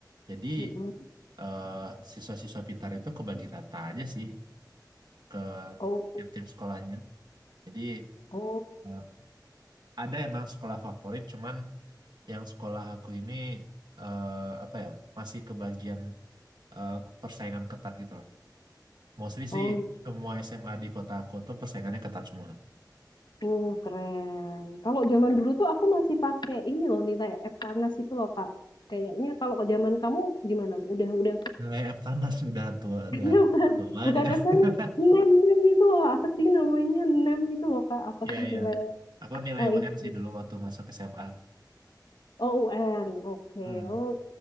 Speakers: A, on the right; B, on the left.
A: jadi
B: Mm-mm.
A: eh, siswa-siswa pintar itu kebagi rata aja sih ke
B: Oh,
A: tiap-tiap sekolahnya. Jadi
B: oh,
A: eh, ada emang sekolah favorit, cuman yang sekolah aku ini eh, apa ya masih kebagian eh, persaingan ketat gitu lah. Mostly
B: oh
A: sih semua SMA di kota aku tuh persaingannya ketat semua.
B: itu keren. Kalau zaman dulu tuh aku masih pakai ini loh nilai Eptanas itu loh Kak. Kayaknya kalau zaman kamu gimana? Udah udah
A: Nilai Eptanas sudah tua,
B: maksudnya
A: udah
B: <laughs> bukan
A: tua banget
B: bukan
A: itu.
B: Eptanas,
A: <laughs>
B: NEM NEM itu loh apa sih namanya NEM itu loh Kak? Apa
A: Iya,
B: sih
A: iya.
B: nilai
A: Aku nilai
B: eh,
A: UN
B: itu?
A: sih dulu waktu masuk SMA.
B: Oh UN. Oke.
A: Hmm.
B: Oh